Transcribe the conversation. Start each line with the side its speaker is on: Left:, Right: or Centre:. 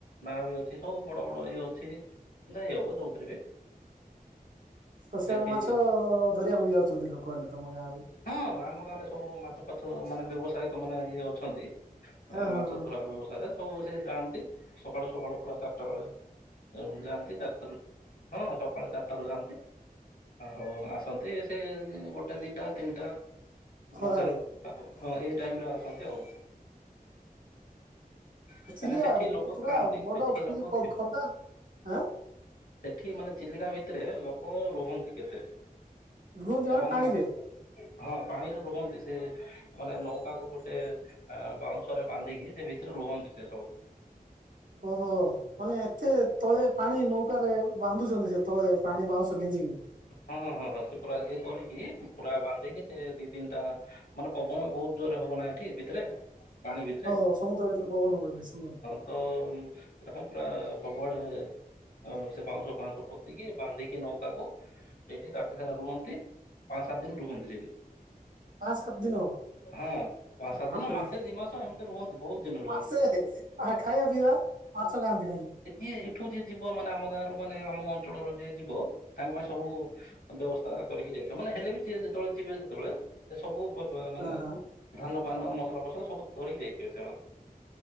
Left: ନାଁ ବି ଅଛି ସବୁ ବଡ ବଡ଼ ଇଏ ଅଛି ଯାଇ ହବ ଯୋଉଥିରେ ବି
Right: ତ ସେମାନେ
Left: ସେଠି
Right: ମାଛ ଧରିବାକୁ ବି ଯାଉଛନ୍ତି ଲୋକ ହେଲେ ତମ ଗାଁ ରୁ
Left: ହଁ ଆମ ଗାଁ ରେ ସବୁ ମାଛ ଫାଛ ମାନେ ବ୍ୟବସାୟିକ ମାନେ ଇଏ ଅଛନ୍ତି।
Right: ହଁ ହଁ
Left: ମାଛ
Right: ହଁ
Left: ଧରା ବ୍ୟବସାୟ ସବୁ ସେ ଯାଆନ୍ତି ସକାଳୁ ସକାଳୁ ପୁରା ଚାରିଟା ବେଳେ ଯାଆନ୍ତି ଚାରିଟାରୁ ହଁ ସକାଳୁ ଚାରିଟାରୁ ଯାଆନ୍ତି ଆଉ ଆସନ୍ତି ସେ ଗୋଟେ ଦିଇଟା ତିନିଟା
Right: ଖରାରେ
Left: ମଧ୍ୟାହ୍ନ ହଁ ଏଇ ଟାଇମରେ ଆସନ୍ତି ଆଉ କାହିଁକିନା
Right: ଥିଲି
Left: ସେଠି
Right: ଆ
Left: ଲୋକ
Right: ପୁରା
Left: ଥାଆନ୍ତି
Right: ବଡ
Left: ସେଠି
Right: ଖ
Left: ଲୋକ ଥିବେ
Right: ଖର୍ଦ୍ଧାଁ ଆ
Left: ସେଠି ମାନେ ଚିଲିକା ଭିତରେ ଲୋକ ରୁହନ୍ତି କେତେ ସେମାନେ
Right: ରୁହନ୍ତି ମାନେ ପାଣିରେ
Left: ମାଛ ହଁ ପାଣିରେ ରୁହନ୍ତି ସେ ମାନେ ନୌକା କ ଗୋଟେ ଆ ବାଉଁଶରେ ବାନ୍ଧିକି ସେ ଭିତରୁକୁ ରୁହନ୍ତି। ସେ ସବୁ
Right: ଓ ହୋ ମାନେ ଏତେ ତଳେ ପାଣି ନୌକାରେ ବାନ୍ଧୁଛନ୍ତି ସେ ତଳେ ପାଣି ବାଉଁଶ ଗେଞ୍ଜିକି
Left: ହଁ ହଁ ହଁ ସେ ପୁରା ଇଏ କରିକି ପୁରା ବାନ୍ଧିକି ସେ ଦିଇ ତିନିଟା ମାନେ ପବନ ବହୁତ ଜୋର ରେ ହବ ନା ଏଠି ମାନେ ଭିତରେ ପାଣି ଭିତରେ
Right: ହଁ ସମୁଦ୍ର ଭିତରେ ପବନ ହୁଏ ବେଶୀ ନାଇଁ
Left: ହଁ <unintelligible> ଆଡେ ସେ ବାଉଁଶ ଫାଉଁଶ ପୋତିକି ବାନ୍ଧିକି ନୌକା କୁ ଏଇଠି ରାତି ସାରା ରୁହନ୍ତି। ପାଁ ସାତ୍ ଦିନ ରୁହନ୍ତି ସେଇଠି।
Right: ପାଞ୍ଚ ସାତ ଦିନ
Left: ହଁ ପା ସାତ
Right: ବାପରେ
Left: ଦିନ ମାସେ ଦି ମାସ ଏମତି ରୁହନ୍ତୁ ବହୁତ ଦିନ
Right: ମାସେ
Left: ରୁହନ୍ତ
Right: ଆ ହା ଖାଇବା ପିଇବା ମାଛ ଖାଆନ୍ତି ଖାଲି।
Left: କିଏ ଏଠୁ ଯିଏ ଯିବ ମାନେ ଆମ ଗାଁରୁ ମାନେ ଆମ ଅଞ୍ଚଳରୁ ଯିଏ ଯିବ ତାଙ୍କ ପାଇଁ ସବୁ ବ୍ୟବସ୍ଥା କରିକି ଯାଇଥିବ ନା ହେଲେ ବି ଯେ ଯେତେବେଳେ ଯିବେ ସେତେବେଳେ ସେ ସବୁ ବ ବ ମାନେ
Right: ହଁ ହଁ
Left: ଧାନ ଫାନ ମସଲା ଫସଲ ସବୁ ଧରିକି ଯାଇଥିବେ ସେମାନେ